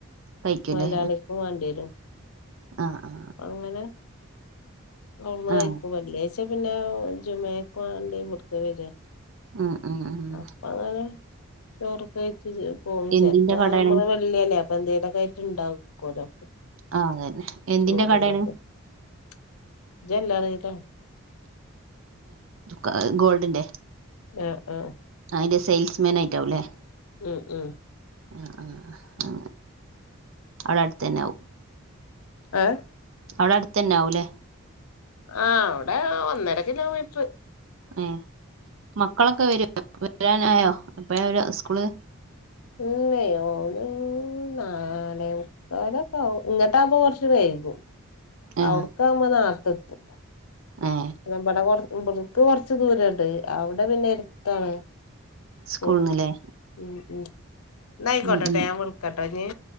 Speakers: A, on the right; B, on the left.
A: കഴിക്കൂലേ
B: മൊയ്യാളിക്കും വേണ്ടിരും
A: ആ ആ
B: അങ്ങനെ ഔട്ന്ന്
A: ആ
B: കയിക്കും വെള്ളിയാഴ്ച പിന്നെ ജുമുഅക്ക് വാണ്ടി ഇവ്ട് ക്കാ വര
A: ഉം ഉം ഉം
B: അപ്പ അങ്ങനെ ചോറക്കെ വെയ്ച്ച് പോവും.
A: എന്തിന്റെ
B: ചെൽപ്പോ
A: കടയാണ്
B: നമ്മള് വെള്ളിയല്ലേ എന്തെലൊക്കെ ആയിട്ട്ണ്ടാക്കോലോ
A: ആ അതന്നെ എന്തിന്റെ
B: ചോറ്തക്ക
A: കടയാണ്
B: <unintelligible>
A: ആ്ഗോൾഡിന്റെ
B: ആഹ് ആഹ്
A: ആയിന്റെ സെയിൽസ്മാൻ ആയിട്ടാവും അല്ലേ
B: ഉം ഉം
A: ആ ആഹ ആ അവിടെ അടുത്ത് തന്നെ ആാവും.
B: ഏഹ്
A: അവിടെ അടുത്തെ ന്നെ ആവും ല്ലേ.
B: ആ അവിടെ ഒന്നര കിലോമീറ്റർ
A: ഏ മക്കളൊക്കെ വരു വരാനായോ എപ്പോഴാ സ്കൂള്
B: ഇല്ലേ ഓല് നാലേ മുക്കാലക്കെ ആവും. ഇങ്ങട്ടാവുമ്പോ കൊർച്ച് വൈകും.
A: ഏ
B: അവിട്ക്കാവുമ്പോ നാർത്തെ എത്തും
A: ഏ
B: ന്നാ ബടെ കൊർ ഇബ്ടക്ക് കൊർച്ച് ദൂരണ്ട്. അവിടെ പിന്നെ എര്ത്താണ്.
A: സ്കൂളിന്നല്ലേ
B: ഉം ഉം ഉം ന്നയിക്കോട്ടട്ടെ
A: ഉം ഉം.
B: ഞാൻ വിളിക്കട്ടോ ന്ന്